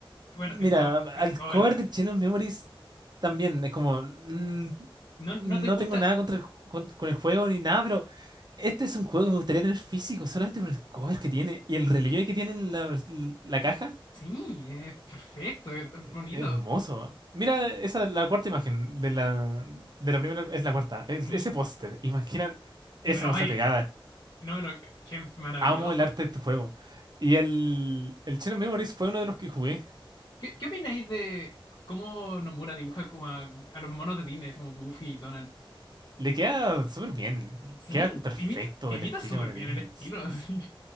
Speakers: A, on the left (about 50°); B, on the right (about 50°).
A: Bueno,
B: Mira,
A: el cover,
B: al
A: el cover
B: cover
A: de.
B: del Chain of Memories también es como. mm,
A: ¿No, no
B: no
A: te gusta?
B: tengo nada contra el, ju- con, con el juego ni nada, pero este es un juego que me gustaría tener físico solamente por el cover que tiene y el relieve que tiene en la, vers- la caja.
A: Sí, es perfecto, es tan
B: eh,
A: bonito.
B: Hermoso. Mira, esa es la cuarta imagen de la, de la primera, es la cuarta. es-
A: Sí.
B: ese póster, imagina esa
A: Y me- Ay,
B: cosa pegada.
A: no me lo. Qué maravilloso.
B: Amo el arte de este juego. Y el, el Chain of Memories fue uno de los que jugué.
A: ¿Qué, qué opináis de cómo Nomura dibuja como a, a los monos de Disney, así como Goofy y Donald?
B: Le queda súper bien,
A: Sí,
B: queda perfecto
A: imita, imita
B: el estilo
A: súper
B: de
A: bien
B: Disney.
A: el estilo.
B: s-
A: <laughs> así.